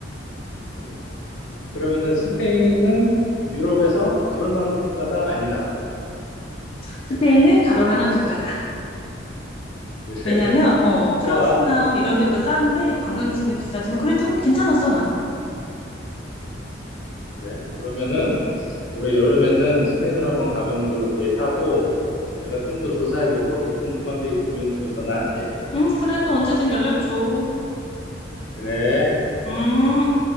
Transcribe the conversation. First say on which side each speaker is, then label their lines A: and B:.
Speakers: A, on the left; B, on the left.
A: 그래. 그러면은 스페인은 유럽에서 가볼 만한 국가다? 아니다.
B: 스페인은 가볼 만한 국가다.
A: 그래. <laughs>
B: 왜냐면 어 프랑스나
A: 좋아. 음,
B: 이런 데보다 싼데 관광지는
A: 음,
B: 비싸지만 그래도
A: 음.
B: 괜찮았어 나는.
A: 그래. 그러면은 올해 여름에는 스페인으로 한번 가보는 걸로 계획하고 내가 좀 더 조사해보고 또 궁금한 게 있으면 또 전화할게.
B: 음 그래도 언제든 연락 줘.
A: 그래.
B: 음.